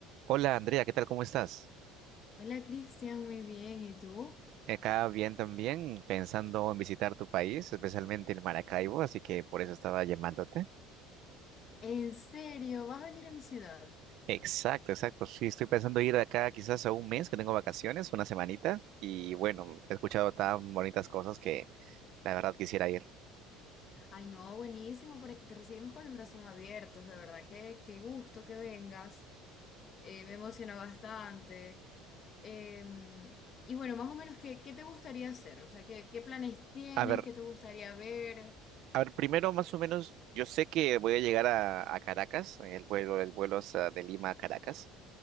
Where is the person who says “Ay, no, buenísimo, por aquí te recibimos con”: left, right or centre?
Left